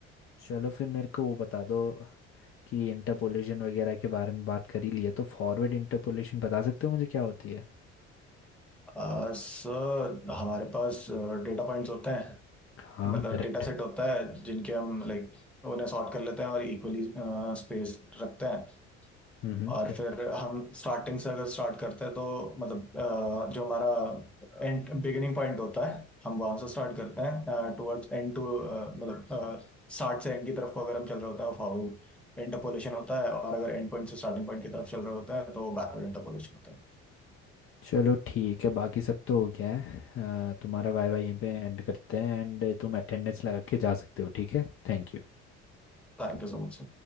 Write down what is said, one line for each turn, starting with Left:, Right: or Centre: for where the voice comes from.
Left: चलो फिर मेरे को वो बता दो कि इंटरपोलेशन वगैरह के बारे में बात कर ही लिए तो फॉरवर्ड इंटरपोलेशन बता सकते हो मुझे क्या होती है
Centre: आ, सर हमारे पास डेटा पॉइंट्स होते हैं
Left: हाँ
Centre: मतलब
Left: करेक्ट
Centre: डेटा सेट होता है जिनके हम लाइक उन्हें सॉर्ट कर लेते हैं और इक्वली स्पेस रखते हैं
Left: हम्म
Centre: और फिर हम स्टार्टिंग से अगर स्टार्ट करते हैं तो मतलब अ, जो हमारा एंड बिगिनिंग पॉइंट होता है हम वहां से स्टार्ट करते हैं टुवर्ड्स एंड टू मतलब स्टार्ट से एंड की तरफ को अगर हम चल रहे होते हैं फॉरवर्ड इंटरपोलेशन होता है और अगर एंड पॉइंट से स्टार्टिंग पॉइंट की तरफ चल रहे होते हैं तो बैकवर्ड इंटरपोलेशन होता है
Left: चलो ठीक है बाकी सब तो हो गया है अ, तुम्हारा वाई वाई यहीं पे एंड करते हैं एंड तुम अटेंडेंस लगा के जा सकते हो ठीक है थैंक यू
Centre: Thank you so much